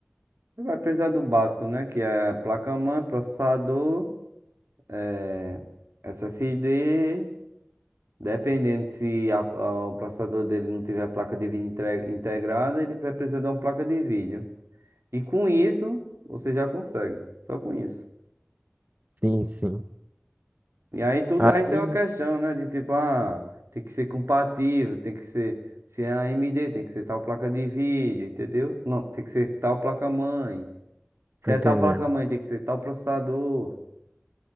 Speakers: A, on the right; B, on the right.
A: ele vai precisar do básico, né? Que é placa-mãe, processador, eh, SSD. Dependendo se a- a- o processador dele não tiver placa de vídeo entre- integrada, ele vai precisar de uma placa de vídeo. E com isso, você já consegue. Só com isso.
B: sim, sim.
A: E aí tudo
B: Aí,
A: aí tem uma questão, né? De tipo, ah, tem que ser compatível, tem que ser se é AMD, tem que ser tal placa de vídeo, entendeu? Não, tem que ser tal placa-mãe. Se
B: tô
A: é
B: entendendo.
A: tal placa-mãe, tem que ser tal processador.